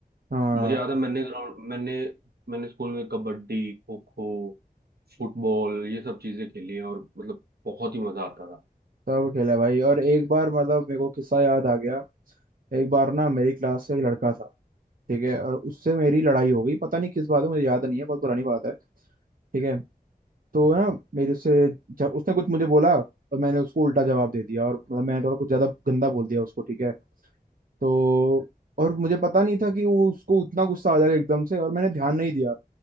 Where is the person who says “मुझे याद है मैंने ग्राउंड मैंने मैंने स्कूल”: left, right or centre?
Right